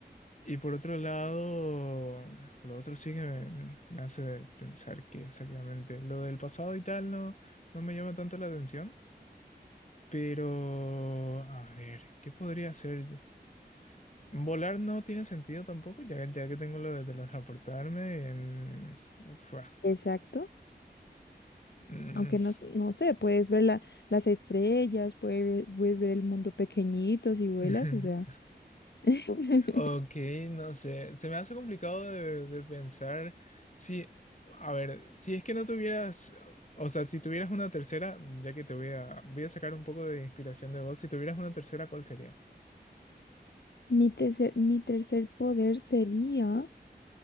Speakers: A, on the left; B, on the left.
A: Y por otro lado, lo otro sí que me, me hace pensar que exactamente lo del pasado y tal no, no me llama tanto la atención. Pero, a ver, ¿qué podría hacer? Volar no tiene sentido tampoco, ya, ya que tengo lo de teletransportarme en... Fua.
B: Exacto.
A: Mm.
B: Aunque no, s- no sé, puedes ver la- las estrellas, puedes, puedes ver el mundo pequeñito si vuelas,
A: <laughs>
B: o sea. <laughs>
A: Ok, no sé. Se me hace complicado de, de pensar si... A ver, si es que no tuvieras... O sea, si tuvieras una tercera, ya que te voy a... Voy a sacar un poco de inspiración de vos. Si tuvieras una tercera, ¿cuál sería?
B: Mi tercer, mi tercer poder sería,